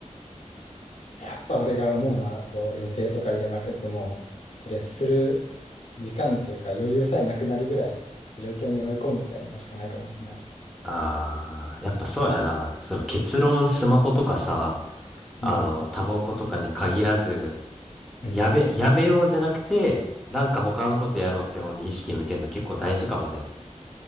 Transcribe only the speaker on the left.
やっぱ俺が思うのは、こう予定とか入れまくっても、それする時間というか余裕さえなくなるぐらい状況に追い込むみたいなのしかないかもしれないな。
うん。
うん。